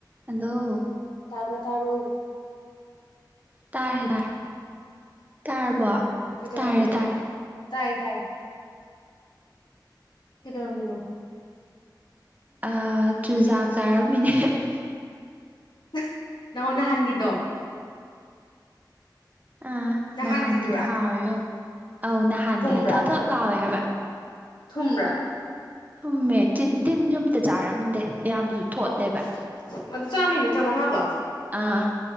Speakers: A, on the right; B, on the left.
A: hello
B: ꯇꯥꯕ꯭ꯔ‌ꯣ ꯇꯥꯕ꯭ꯔ‌ꯣ
A: ꯇꯥꯔꯦ ꯇꯥꯔꯦ ꯇꯥꯔꯕꯣ
B: ꯀꯩꯗꯧꯔꯝꯃꯤꯅꯣ
A: ꯇꯥꯔꯦ ꯇꯥꯔꯦ
B: ꯇꯥꯏ ꯇꯥꯏ ꯀꯩꯗꯧꯔꯝꯃꯤꯅꯣ
A: ꯑ ꯆꯨꯖꯥꯛ ꯆꯥꯔꯝꯃꯤꯅꯦ <unintelligible>
B: <unintelligible> ꯅꯑ‌ꯣ ꯅꯍꯥꯟꯒꯤꯗꯣ
A: ꯑꯥ
B: ꯅꯍꯥꯟꯒꯤꯗꯨꯔꯥ
A: ꯅꯍꯥꯟꯒꯤꯗ‌ꯣ ꯍꯥꯎꯋꯦ ꯏꯕ‌ꯦꯝꯃ ꯑꯧ ꯅꯍꯥꯟꯒꯤꯗ‌ꯣ
B: ꯊꯨꯝꯕ꯭ꯔꯥ
A: ꯊꯣꯠ ꯊꯣꯠ ꯂꯥꯎꯋꯦ ꯍꯥꯏꯕ
B: ꯊꯨꯝꯕ꯭ꯔꯥ
A: ꯊꯨꯝꯃꯦ ꯇꯤꯟ ꯇꯤꯟꯖꯨ ꯑꯝꯇ ꯆꯥꯔꯝꯗꯦ ꯌꯥꯝꯁꯨ ꯊꯣꯠꯂꯦꯕ
B: ꯑꯣ ꯑꯗꯨ ꯆꯥꯝꯃꯩ ꯅꯠꯇ꯭ꯔ ꯃꯉꯥꯗꯣ
A: ꯑꯥ